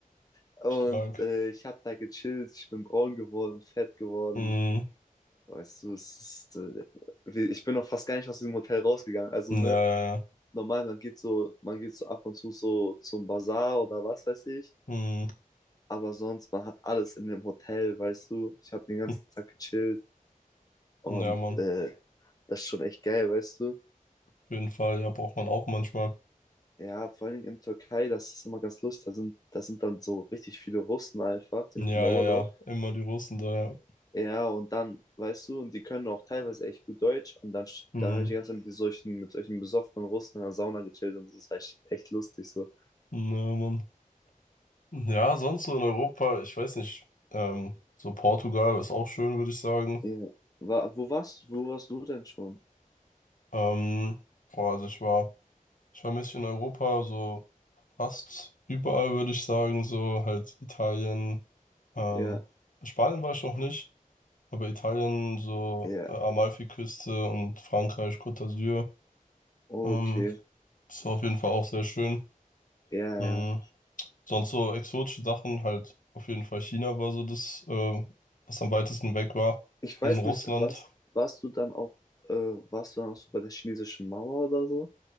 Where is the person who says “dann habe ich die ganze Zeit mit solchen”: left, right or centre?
Left